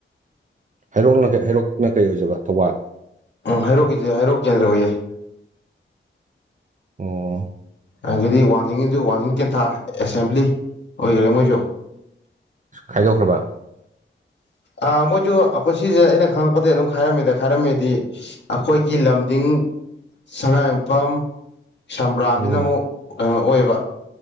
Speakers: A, on the right (about 40°); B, on the left (about 60°).
A: ꯍꯩꯔꯣꯛꯅ ꯍꯩꯔꯣꯛꯅ ꯀꯩ ꯑꯣꯏꯖꯕ ꯊꯧꯕꯥꯜ
B: ꯑꯥ ꯍꯥꯏꯔꯣꯛꯀꯤꯗꯤ ꯍꯩꯔꯣꯛ ꯀꯦꯟꯗ꯭ꯔ ꯑꯣꯏꯌꯦ
A: ꯑꯣ
B: ꯑꯗꯨꯗꯤ ꯋꯥꯡꯖꯤꯡꯒꯤꯖꯨ ꯋꯥꯡꯖꯤꯡ ꯇꯦꯟꯊꯥ ꯑꯦꯁꯦꯝꯕ꯭ꯂꯤ ꯑꯣꯏꯈꯔꯦ ꯃꯣꯏꯁꯨ
A: ꯈꯥꯏꯗꯣꯛꯈ꯭ꯔꯕ꯫
B: ꯑ ꯃꯣꯏꯁꯨ ꯑꯩꯈꯣꯏ ꯁꯤꯁꯦ ꯑꯩꯅ ꯈꯪꯉꯛꯄꯗꯩ ꯑꯗꯨꯝ ꯈꯥꯏꯔꯝꯃꯦꯗ ꯈꯥꯏꯔꯝꯃꯦꯗꯤ꯫ ꯑꯩꯈꯣꯏꯒꯤ ꯂꯝꯗꯤꯡ ꯁꯉꯥꯏꯌꯨꯝꯐꯝ ꯁꯝꯕ꯭ꯔꯥꯝꯁꯤꯅ
A: ꯎꯝ
B: ꯑꯃꯨꯛ ꯀꯩꯅꯣ ꯑꯣꯏꯕ